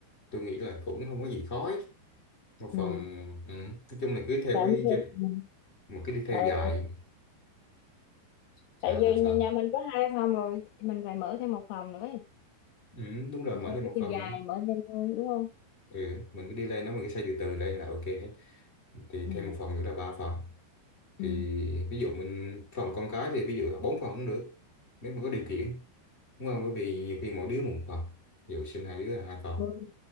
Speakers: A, on the left; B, on the left.
A: tôi nghĩ là cũng không có gì khó ấy. một
B: ừ.
A: phần ừ, nói chung là cứ theo
B: tại
A: cái
B: không thêm
A: gia
B: Ừ.
A: mình cứ đi theo
B: tại
A: dài sao
B: tại
A: sao
B: giờ nhà,
A: sao
B: nhà mình có hai phòng rồi thì mình phải mở thêm một phòng nữa ấy.
A: ừ, đúng là
B: thì
A: mở
B: theo
A: thêm
B: cái
A: một
B: chiều
A: phòng
B: dài
A: nữa
B: mở thêm thôi đúng không
A: ừ, mình cứ đi lên đó mình cứ xây từ từ lên là ok hết thì
B: Ừ.
A: thêm một phòng nữa là ba phòng thì
B: Ừ.
A: ví dụ mình phòng con cái thì ví dụ là bốn phòng cũng được nếu mà có điều kiện đúng không bởi vì nhiều khi mỗi đứa một phòng ví dụ sinh hai đứa là hai phòng
B: tôi,